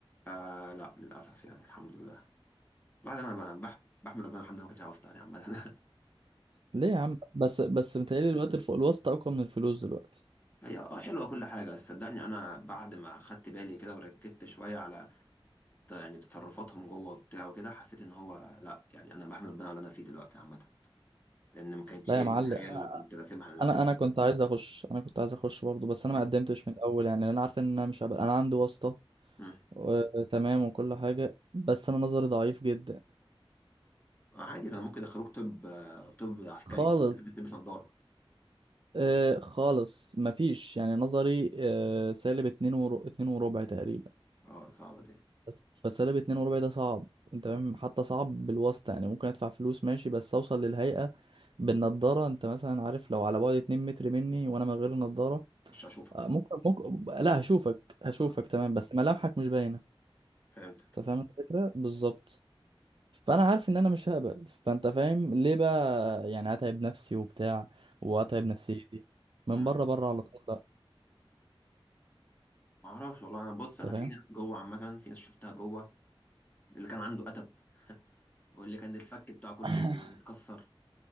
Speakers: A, on the left; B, on the right.
A: آه لا للاسف يعني الحمد لله الواحد انا ما- بح- بحمد ربنا الحمد لله ما كانتش عاوز تاني عامه <laughs>
B: ليه يا عم بس بس متهيألي الوقت الفوق الوسط اقوى من الفلوس دلوقتي
A: هي اه حلوه كل حاجه بس صدقني انا بعد ما خدت بالي كده وركزت شويه على ت- يعني تصرفاتهم جوه وبتاع وكده حسيت ان هو لا يعني انا بحمد ربنا على اللي انا فيه دلوقتي عامه لان ما كانتش
B: لا
A: هي
B: يا معلم
A: دي الحياه اللي كنت راسمها لنفسي
B: انا انا كنت عايز اخش انا كنت عايز اخش برضه بس انا
A: مم.
B: ما قدمتش من الاول يعني لأن انا عارف ان انا مش هبقى انا عندي واسطه
A: مم.
B: و- <laughs> تمام وكل حاجه بس انا نظري ضعيف جدا
A: آه، عادي كان ممكن يدخلوك طب آه، طب عسكري
B: خالص
A: تلبس نظاره
B: آه خالص مفيش يعني نظري آه سالب اتنين وربع اتنين وربع تقريبا
A: اه صعبه دي
B: بس فسالب اتنين وربع ده صعب انت فاهم حتى صعب بالواسطه يعني ممكن ادفع فلوس ماشي بس اوصل للهيئه بالنضاره انت مثلا عارف لو على بعد 2 متر مني وانا من غير نضاره
A: مش هشوفك
B: آه، ممكن ممكن لا هشوفك هشوفك
A: آه.
B: تمام بس ملامحك مش باينه
A: فهمتك
B: انت فاهم الفكره بالظبط فانا عارف ان انا مش هقبل فانت فاهم ليه بقى يعني هتعب نفسي وبتاع وهتعب نفسيتي من
A: امم
B: بره بره على طول لا
A: ما اعرفش والله انا بص انا
B: انت
A: في
B: فاهم
A: ناس جوه عامه في ناس شفتها جوه اللي كان عنده اتب واللي كان الفك بتاعه كله
B: <coughs>
A: متكسر